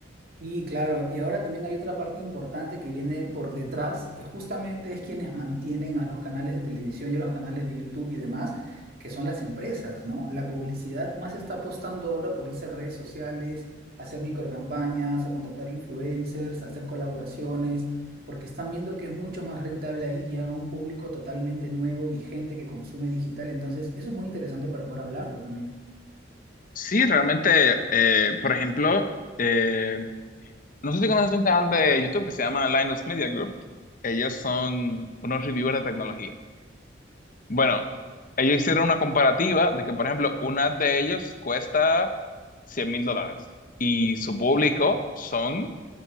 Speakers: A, on the right; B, on the left.
A: Y claro, y ahora también hay otra parte importante que viene por detrás, que justamente es quienes mantienen a los canales de televisión y a los canales de YouTube y demás, que son las empresas, ¿no? La publicidad más está apostando ahora por irse a redes sociales, a hacer microcampañas, a contratar influencers, a hacer colaboraciones, porque están viendo que es mucho más rentable ahí, llega a un público totalmente nuevo, vigente, que consume digital. Entonces, eso es muy interesante para poder hablarlo también.
B: Sí, realmente, eh, por ejemplo, eh, no sé si conoces un canal de YouTube que se llama Linus Media Group. Ellos son unos reviewers de tecnología. Bueno, ellos hicieron una comparativa de que, por ejemplo, una de ellos cuesta cien mil dólares y su público son